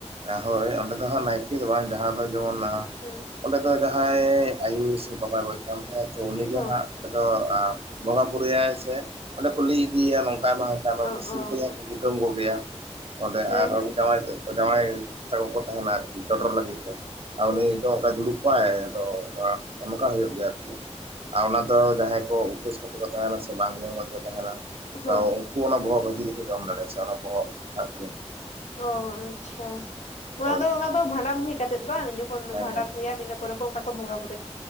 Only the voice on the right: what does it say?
ᱦᱳᱭ ᱚᱸᱰᱮ ᱫᱚ ᱦᱟᱸᱜ ᱱᱟᱭᱠᱮ ᱫᱚ ᱵᱟᱝ ᱡᱟᱦᱟᱸ ᱫᱚ ᱡᱮᱢᱚᱱᱼᱼ
ᱚᱸᱰᱮ ᱫᱚ ᱡᱟᱦᱟᱸᱭ ᱟᱭᱳ ᱥᱮ ᱵᱟᱵᱟᱭ ᱜᱚᱡ ᱠᱟᱱ ᱛᱟᱦᱮ ᱛᱚ ᱩᱱᱤ ᱜᱮ
ᱦᱟᱸᱜᱼᱼ ᱚᱸᱰᱮ ᱫᱚ ᱵᱚᱸᱜᱟ ᱵᱩᱨᱩᱭᱟᱭ ᱥᱮ ᱚᱸᱰᱮ ᱠᱩᱞᱤ ᱤᱫᱤᱭᱟ ᱱᱚᱝᱠᱟ ᱟᱭᱢᱟ ᱟᱭᱢᱟ
ᱥᱤᱢ
ᱠᱚ ᱡᱟᱦᱟᱸᱭ
ᱠᱚ ᱠᱩᱴᱟᱹᱢ ᱠᱚ ᱜᱮᱭᱟ ᱚᱸᱰᱮ
ᱟᱨ
ᱚᱸᱰᱮ ᱡᱟᱶᱟᱭ ᱛᱮᱼᱼ ᱡᱟᱶᱟᱭ ᱛᱟᱠᱚ ᱠᱚ ᱛᱟᱦᱮᱱᱟ ᱟᱨᱠᱤ ᱪᱚᱰᱚᱨ ᱞᱟᱹᱜᱤᱫ ᱛᱮ ᱟᱨ
ᱩᱱᱤ ᱫᱚ ᱚᱱᱠᱟᱭ ᱫᱩᱲᱩᱵ ᱱᱟᱯᱟᱭ ᱫᱚ <unintelligible> ᱚᱱᱠᱟ ᱦᱳᱭᱳᱜ ᱜᱮᱭᱟ ᱟᱨᱠᱤ ᱟᱨ ᱚᱱᱟ ᱫᱚ ᱡᱟᱦᱟᱸᱭ ᱠᱚ ᱩᱯᱟᱹᱥᱼᱼ ᱠᱟᱛᱮ ᱠᱚ ᱛᱟᱦᱮᱱᱟ ᱥᱮ ᱵᱟᱝ ᱡᱚᱢ ᱠᱟᱛᱮ ᱠᱚ ᱛᱟᱦᱮᱱᱟ
ᱛᱚ ᱩ ᱩᱱᱠᱩ ᱚᱱᱟ ᱵᱚᱦᱚᱜ ᱵᱷᱟᱹᱡᱤ ᱫᱚᱠᱚ ᱡᱚᱢ ᱫᱟᱲᱮᱭᱟᱜᱼᱟ ᱥᱮ ᱚᱱᱟ ᱵᱚᱦᱚᱜ ᱟᱨᱠᱤ
ᱦᱳᱭ
ᱦᱮᱸ
ᱦᱮᱸ